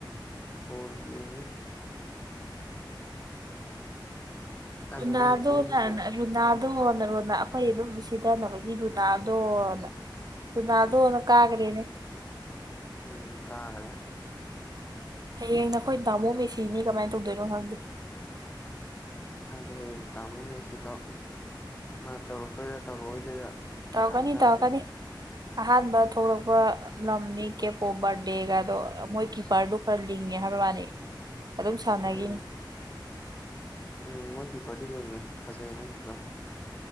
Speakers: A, on the left; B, on the right.
A: ꯕꯣꯜ ꯌꯦꯡꯉꯤ ꯑꯗꯣ
B: ꯔꯨꯅꯥꯗꯣꯅ
A: ꯃꯣꯏ ꯄꯨꯡꯗꯣ
B: ꯔꯨꯅꯥꯜ ꯗꯣꯅ ꯔꯣꯅꯥꯜ ꯑꯈꯣꯏ ꯑꯗꯨꯝ ꯁꯤꯊꯅꯕꯒꯤ ꯔꯣꯅꯥꯜꯗꯣꯅ ꯔꯣꯅꯥꯜꯗꯣꯅ ꯀꯥꯒꯔꯦꯅꯦ
A: ꯎꯝ ꯀꯥꯒꯔꯦ
B: ꯍꯌꯦꯡ ꯅꯈꯣꯏ ꯇꯥꯃꯣ ꯃꯦꯁꯤꯅꯤ ꯀꯃꯥꯏꯅ ꯇꯧꯗꯣꯏꯅꯣ ꯈꯪꯗꯦ
A: ꯈꯪꯗꯦ ꯍꯌꯦꯡ ꯇꯥꯃꯣ ꯃꯦꯁꯤꯗꯣ ꯃꯥ ꯇꯧꯔꯛꯇꯣꯏꯔ ꯇꯧꯔꯛꯑꯣꯏꯗꯣꯏꯔꯥ
B: ꯇꯧꯔꯛꯒꯅꯤ
A: ꯒ꯭ꯌꯥꯟ ꯇꯥꯗꯦ
B: ꯇꯧꯔꯛꯒꯅꯤ ꯑꯍꯥꯟꯕ ꯊꯣꯛꯂꯛꯄ ꯂꯝꯅꯤ ꯀꯦꯞ ꯑꯣ ꯕꯥꯔꯗꯦꯒꯗꯣ ꯃꯣꯏ ꯀꯤꯄꯔꯗꯨ ꯈꯔ ꯂꯤꯡꯉꯦ ꯍꯥꯏꯕꯩ ꯋꯥꯅꯤ
A: <unintelligible>
B: ꯑꯗꯨꯝ ꯁꯥꯟꯅꯈꯤꯅꯤ
A: ꯎꯝ ꯎꯝ ꯃꯣꯏꯒꯤꯄꯔꯗꯤ ꯂꯤꯡꯉꯦ ꯐꯖꯩ ꯃꯣꯏꯒꯤꯄꯔ